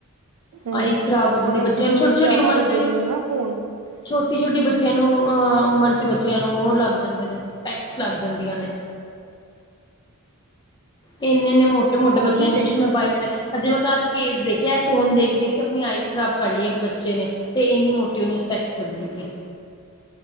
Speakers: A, on the right (about 80°); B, on the left (about 20°).
A: ਹਮ
B: ਆਈਸ ਖਰਾਬ ਹੋ ਜਾਂਦੀ
A: ਮਤਲਬ
B: ਬੱਚਿਆਂ
A: ਕਿ ਜੋ
B: ਨੂੰ ਛੋਟੀ
A: ਅਸੀਂ ਜ਼ਿਆਦਾ
B: ਛੋਟੀ ਉਮਰ
A: ਦੇ ਦਿੰਦੇ
B: ਚ
A: ਹਾਂ ਨਾ ਫੋਨ
B: ਛੋਟੀ ਛੋਟੀ ਬੱਚਿਆਂ ਨੂੰ ਅਹ ਉਮਰ ਚ ਬੱਚਿਆਂ ਨੂੰ ਉਹ ਲੱਗ ਜਾਂਦੇ ਨੇ ਸਪੈਕਸ ਲੱਗ ਜਾਂਦੀਆਂ ਨੇ ਇੰਨੇ ਇੰਨੇੋ ਮੋਟੇ ਮੋਟੇ ਬੱਚਿਆਂ
A: ਉਹੀ ਤੇ
B: ਨੇ ਚਸ਼ਮੇ ਪਾਏ ਹੁੰਦੇ ਹਜੇ ਮੈਂ ਕੱਲ ਕੇਸ ਦੇਖਿਆ ਫੋਨ ਦੇਖ ਦੇਖ ਕੇ ਆਪਣੀ ਆਈਸ ਖਰਾਬ ਕਰ ਲਈ ਇੱਕ ਬੱਚੇ ਨੇ ਤੇ ਇੰਨੀ ਮੋਟੀ ਉਹਨੂੰ ਸਪੈਕਸ ਲ ਗੀ ਵੀ ਹੈ।